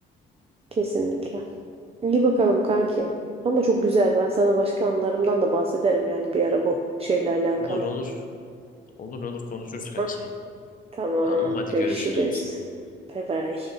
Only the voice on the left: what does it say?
Olur olur. Olur olur konuşuruz kanki.
Tamam hadi
görüşürüz.